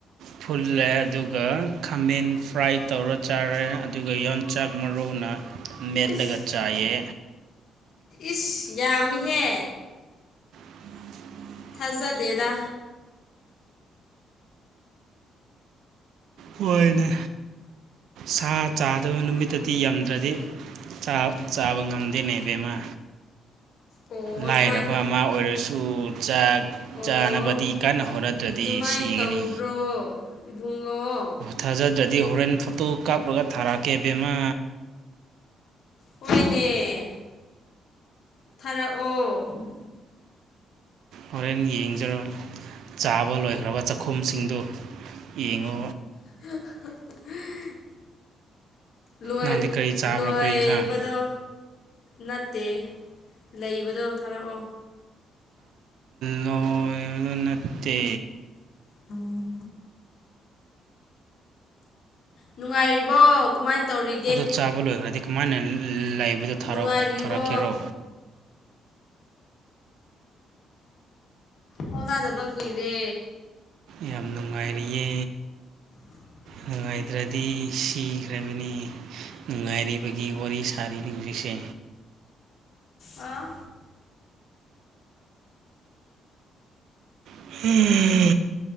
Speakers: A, on the right (about 75°); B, on the left (about 60°).
A: ꯐꯨꯜꯂꯦ ꯑꯗꯨꯒ ꯈꯥꯃꯦꯟ ꯐ꯭ꯔꯥꯏ ꯇꯧꯔ ꯆꯥꯔꯦ ꯑꯗꯨꯒ ꯌꯣꯡꯆꯥꯛ ꯃꯔꯧꯅ ꯃꯦꯜꯂꯒ
B: ꯏꯁ
A: ꯆꯥꯌꯦ꯫
B: ꯏꯁ ꯌꯥꯝꯃꯤꯍꯦ꯫
A: <inaudible>
B: ꯊꯥꯖꯗꯦꯗ꯫
A: ꯍꯣꯏꯅꯦ ꯁꯥ ꯆꯥꯗꯕ ꯅꯨꯃꯤꯠꯇꯗꯤ ꯌꯝꯗ꯭ꯔꯗꯤ꯫ ꯆꯥꯛ ꯆꯥꯕ ꯉꯝꯗꯦꯅꯦ ꯕꯦꯝꯃꯥ꯫
B: ꯑꯣ ꯑꯗꯨꯃꯥꯏꯅ
A: ꯂꯥꯏꯔꯕ ꯑꯃ ꯑꯣꯏꯔꯁꯨ ꯆꯥꯛ
B: ꯑꯣ
A: ꯆꯥꯅꯕꯗꯤ ꯀꯟꯅ ꯍꯣꯠꯅꯗ꯭ꯔꯗꯤ
B: ꯑꯗꯨꯃꯥꯏꯅ
A: ꯁꯤꯒꯅꯤ꯫
B: ꯇꯧꯕ꯭ꯔꯣ ꯏꯕꯨꯡꯉꯣ꯫
A: ꯊꯥꯖꯗ꯭ꯔꯗꯤ ꯍꯣꯔꯦꯟ ꯐꯣꯇꯣ ꯀꯥꯞꯂꯒ ꯊꯥꯔꯛꯀꯦ ꯕꯦꯝꯃꯥ꯫
B: ꯍꯣꯏꯅꯦ꯫ ꯊꯥꯔꯛꯑꯣ꯫
A: ꯍꯣꯔꯦꯟ ꯌꯦꯡꯖꯔꯣ ꯆꯥꯕ ꯂꯣꯏꯈ꯭ꯔꯕ ꯆꯈꯣꯝꯁꯤꯡꯗꯨ ꯌꯦꯡꯉꯣ꯫
B: <inaudible> ꯂꯣꯏ
A: ꯅꯪꯗꯤ ꯀꯔꯤ ꯆꯥꯕ꯭ꯔꯣ
B: ꯂꯣꯏꯕꯗꯣ꯫
A: ꯀꯔꯤ ꯑꯦꯟꯁꯥꯡ
B: ꯅꯠꯇꯦ ꯂꯩꯕꯗꯣ ꯊꯥꯔꯛꯑꯣ꯫
A: ꯂꯣꯏꯕ ꯅꯠꯇꯦ꯫
B: ꯎꯝ꯫ ꯅꯨꯡꯉꯥꯏꯔꯤꯕꯣ꯫ ꯀꯃꯥꯏꯅ ꯇꯧꯔꯤ
A: ꯑꯗꯣ ꯆꯥꯕ ꯂꯣꯏꯈ꯭ꯔꯗꯤ ꯀꯃꯥꯏꯅ ꯂꯩꯕꯗꯣ
B: ꯅꯨꯡꯉꯥꯏꯔꯤꯕꯣ
A: ꯊꯥꯔꯛꯀꯦꯔꯣ꯫
B: ꯍꯧꯅꯗꯕ ꯀꯨꯏꯔꯦ꯫
A: ꯌꯥꯝ ꯅꯨꯡꯉꯥꯏꯔꯤꯌꯦ꯫
B: <inaudible>
A: ꯅꯨꯡꯉꯥꯏꯗ꯭ꯔꯗꯤ ꯁꯤꯈ꯭ꯔꯕꯅꯤ ꯅꯨꯡꯉꯥꯏꯔꯤꯕꯒꯤ ꯋꯥꯔꯤ ꯁꯥꯔꯤꯅꯤ ꯍꯧꯖꯤꯛꯁꯦ꯫
B: ꯑꯥ꯫
A: <inaudible>